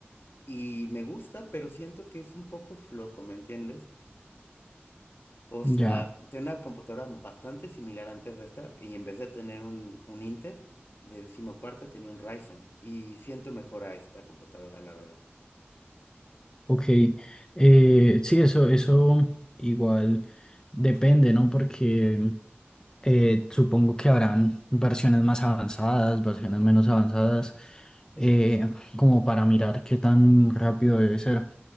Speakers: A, on the left (about 60°); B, on the left (about 15°).
A: Y me gusta, pero siento que es un poco flojo, ¿me entiendes? O sea,
B: ya.
A: tenía una computadora bastante similar antes de esta y en vez de tener un, un Intel de decimocuarta tenía un Ryzen y siento mejor a esta computadora, la verdad.
B: Ok, eh, sí, eso, eso igual depende, ¿no? Porque eh, supongo que habrán versiones más avanzadas, versiones menos avanzadas, eh, como para mirar qué tan rápido debe ser.